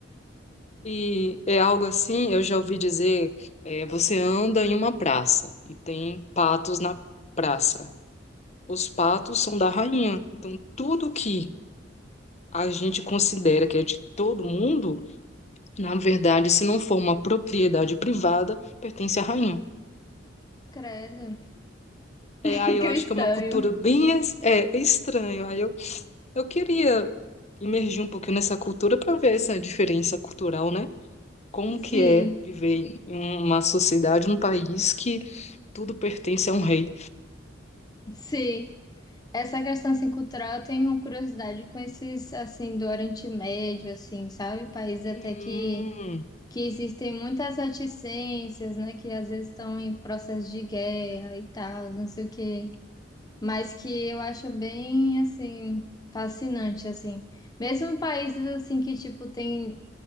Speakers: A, on the left; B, on the left.
A: E é algo assim, eu já ouvi dizer, é, você anda em uma praça e tem patos na praça. Os patos são da rainha. Então, tudo que a gente considera que é de todo mundo, na verdade, se não for uma propriedade privada, pertence à rainha.
B: Credo. <laughs>
A: É, aí eu
B: Cristão.
A: acho que é uma cultura bem es- é, estranha. Aí eu, eu queria imergir um pouquinho nessa cultura para ver essa diferença cultural, né? como
B: Sim,
A: que é viver em uma sociedade, num país que tudo pertence a um rei.
B: sim. Essa questão assim, cultural, eu tenho curiosidade com esses, assim, do Oriente Médio, assim, sabe? Países
A: Hum,
B: até que que existem muitas reticências, né, que às vezes estão em processo de guerra e tal, não sei o quê, mas que eu acho bem, assim, fascinante, assim. Mesmo em países, assim, que, tipo, tem